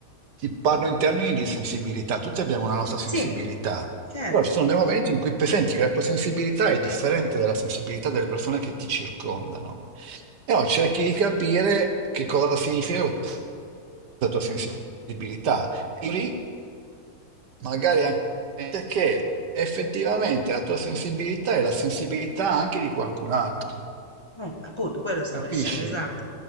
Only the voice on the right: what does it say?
parlo in termini di sensibilità, tutti abbiamo una nostra sensibilità,
però ci sono dei momenti in cui senti che la tua sensibilità è differente dalla sensibilità delle persone che ti circondano. E allora cerchi di capire che cosa significa questa tua sensibilità. E lì magari anche che effettivamente la tua sensibilità è la sensibilità anche di qualcun altro.
Capisci?